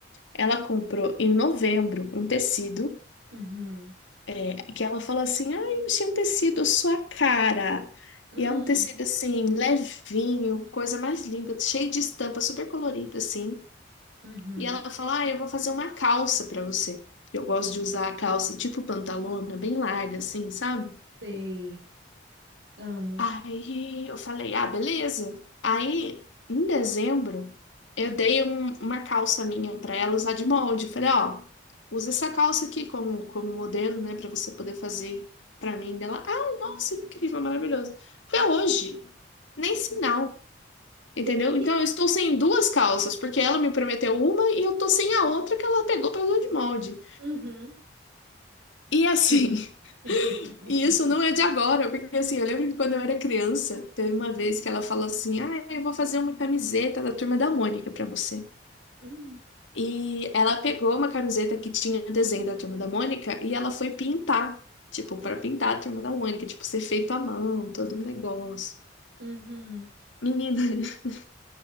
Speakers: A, on the left; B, on the right.
A: Ela comprou em novembro um tecido,
B: Uhum.
A: é, que ela falou assim: "Ah, eu achei um tecido à sua cara".
B: Uhum.
A: E é um tecido assim, levinho, coisa mais linda, cheio de estampa, super colorida assim.
B: Uhum.
A: E ela fala: Ah, eu vou fazer uma calça pra você. Eu gosto de usar a calça tipo pantalona, bem larga, assim, sabe?
B: Sei. Amo.
A: Aí eu falei: Ah, beleza. Aí, em dezembro, eu dei um- uma calça minha pra ela usar de molde. Falei: Ó, usa essa calça aqui como, como modelo, né, Pra você poder fazer pra mim dela. Ai, nossa, incrível, maravilhoso. Até hoje, nem sinal. Entendeu?
B: <laughs>
A: Então eu estou sem duas calças, porque ela me prometeu uma e eu tô sem a outra que ela pegou pra usar de molde.
B: Uhum.
A: E assim,
B: <laughs>
A: <laughs> e isso não é de agora, porque assim, eu lembro que quando eu era criança, teve uma vez que ela falou assim: Ah, eu vou fazer uma camiseta da Turma da Mônica pra você.
B: Uhum.
A: E ela pegou uma camiseta que tinha o desenho da Turma da Mônica e ela foi pintar, tipo, pra pintar a Turma da Mônica, tipo, ser feito à mão, todo um negócio.
B: Uhum.
A: Menina, <laughs>